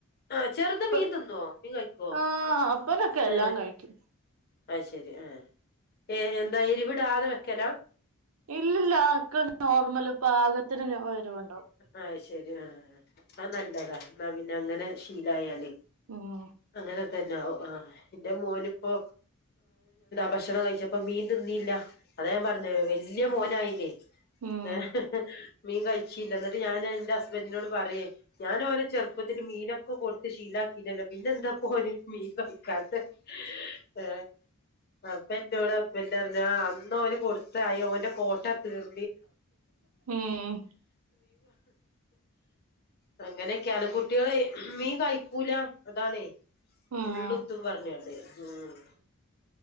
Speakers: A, on the left; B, on the right.
A: ആ ചെറുത് മീൻ
B: പെ
A: തിന്നോ മീൻ കഴിക്കുവോ
B: ആ അപ്പനൊക്കെ
A: ആ
B: എല്ലാം കഴിക്കും
A: അത് ശരി ആ ഏ എന്താ എരിവിടാതെ വെക്കല
B: ഇല്ലില്ല ആൾക്കെ നോർമല് പാകത്തിന് എരിവുണ്ടാവും
A: ആ ശരി ആ അത് നല്ലതാ എന്നാ പിന്നെ അങ്ങനെ ശീലായാൽ
B: ഉം
A: അങ്ങനെ തന്നെ ആവും ആ ഇന്റെ മോന് ഇപ്പോ ഭക്ഷണം കഴിച്ചപ്പോ മീൻ തിന്നിയില്ല അത ഞാൻ പറഞ്ഞെ വല്യ മോനായില്ലേ
B: ഉം ഉം
A: ഏ മീൻ കഴിചീല എന്നിട്ട് ഞാൻ എന്റെ ഹസ്ബൻഡിനോട് പറയേ ഞാന് ഓനെ ചെറുപ്പത്തിൽ മീനൊക്കെ കൊടുത്ത് ശീലാക്കീനല്ലെ പിന്നെ എന്താ ഇപ്പോ ഓന് മീൻ കഴിക്കാത്തെ ഏ അപ്പ എന്റെോടെ ഹസ്ബന്റ് പറഞ്ഞു ആ അന്ന്ന് അവന് കൊടുത്താ ആയി ഓന്റെ കോട്ട തീർ
B: ഉം ഉം
A: <unintelligible> അങ്ങനെയൊക്കെയാണ് കുട്ടികള് മീൻ കഴിക്കൂല അതാണേ
B: ആഹ്
A: മുള്ളുത്തും പറഞ്ഞോണ്ട് ഉം